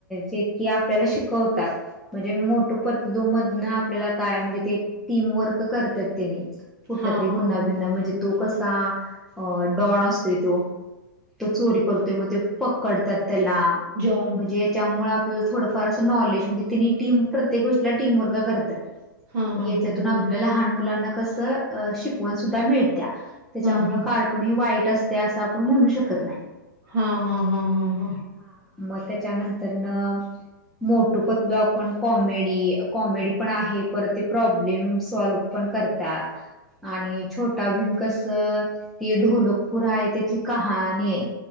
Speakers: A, in the centre; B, on the right.
A: जे की आपल्याला शिकवतात <unintelligible> म्हणजे मोठ पतलूमधन आपल्याला काय म्हणजे ते टीमवर्क करतात त्यानी <unintelligible> कुठला
B: हा
A: तरी
B: हा
A: गुन्हा
B: हा
A: वििनना म्हणजे तो कसा अ डॉन असतेो तो <unintelligible> तो चोरी करतोय मग ते पकडतात त्याला <unintelligible>
B: जॉन <unintelligible>
A: म्हणजे याच्यामुळे आपलं थोडंफार असं नॉलेज म्हणजे तिने टीम प्रत्येक गोष्टीला टीम वर्ग करतात <unintelligible>
B: हा हा
A: याच्यातून
B: हा होय
A: आपल्या
B: होय
A: लहान मुलांना कसं अ शिकवण सुद्धा मिळत्या <unintelligible> त्याच्यामुळेळ
B: हा हा
A: कार्टून हे वाईट असते असं आपण म्हणू शकत नाही <unintelligible>
B: हा हा हा हा हा <unintelligible>
A: हा मग त्याच्यानंतर न <unintelligible> मोठू पतलू आपण कॉमेडी कॉमेडी पण आहे पर ते प्रॉब्लेम सॉल्व पण करत आणि छोटा भीम कस त ढोलोकपुर आहे त्याची का <unintelligible> हा नि <unintelligible>